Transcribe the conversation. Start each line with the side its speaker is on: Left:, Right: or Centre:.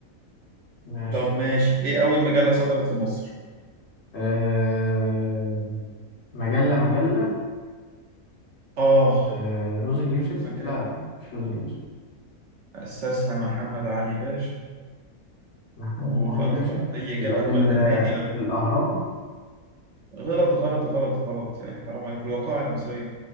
Left: ماشي
Right: طب ماشي إيه أول مجلة صدرت في مصر؟
Left: آه... مجلة مجلة
Right: آه
Left: آه... روز اليوسف
Right: مجلة
Left: لا مش روز اليوسف
Right: أسسها محمد علي باشا
Left: محمد
Right: وخلاص
Left: علي باشا
Right: بقى أي إجابة
Left: ال
Right: تقولها
Left: ال
Right: تاني
Left: الأهرام
Right: غلط غلط غلط غلط يعني حرام عليك الوقائع المصرية